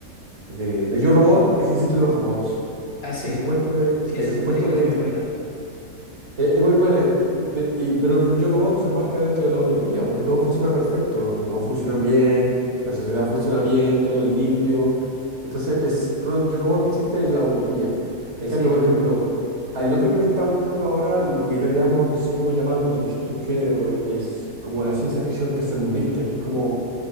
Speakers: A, on the right; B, on the left.
A: de, de Yo Robot es que existen los robots.
B: Ah, sí.
A: El supuesto de,
B: Sí,
A: el
B: esa
A: supuesto
B: película
A: de
B: es muy buena.
A: es, es muy buena, y- pe- y- pero el Yo Robot se marca dentro de la utopía, porque todo funciona perfecto, los robots funcionan bien, la sociedad funciona bien, todo es limpio. Entonces, es, Ro- Yo Robot existe en la utopía. En
B: Sí.
A: cambio, por ejemplo, el otro que me está gustando ahora, lo que yo llamo, no sé cómo llamarlo, si existe un género, es como la ciencia ficción tercermundista, que es como,